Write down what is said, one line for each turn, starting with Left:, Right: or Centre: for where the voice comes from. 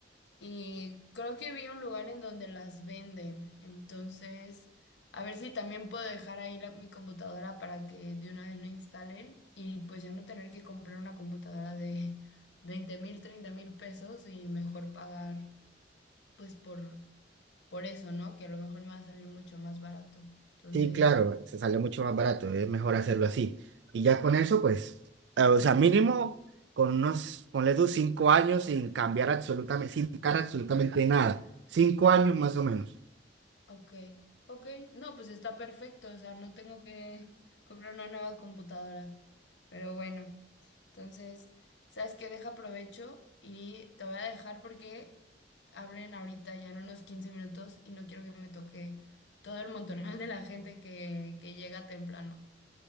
Left: Y creo que vi un lugar en donde las venden. Entonces, a ver si también puedo dejar ahí la- mi computadora para que de una vez lo instalen y pues ya no tener que comprar una computadora de <laughs> 20 mil, 30 mil pesos y mejor pagar pues por, por eso, ¿no? Que a lo mejor me va a salir mucho más barato. Entonces...
Right: Sí, claro, se sale mucho más barato, es mejor hacerlo así. Y ya con eso, pues, eh, o sea, mínimo con unos, ponle tú cinco años sin cambiar absolutamente, sin tocar absolutamente nada. Cinco años más o menos.
Left: Ok, ok. No, pues está perfecto, o sea, no tengo que comprar una nueva computadora. Pero bueno, entonces, ¿sabes qué? Deja provecho y te voy a dejar porque abren ahorita ya en unos 15 minutos y no quiero que me toque todo el montonal de la gente que, que llega temprano.